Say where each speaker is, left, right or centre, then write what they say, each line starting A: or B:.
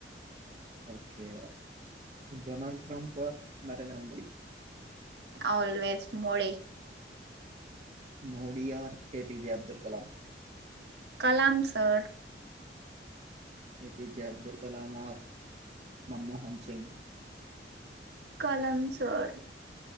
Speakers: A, on the right (about 40°); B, on the right (about 65°).
A: okay Donald Trump or Narendra Modi
B: always Modi
A: Modi or APJ Abdul Kalam
B: Kalam sir
A: A P J Abdul Kalam or Manmohan Singh
B: Kalam sir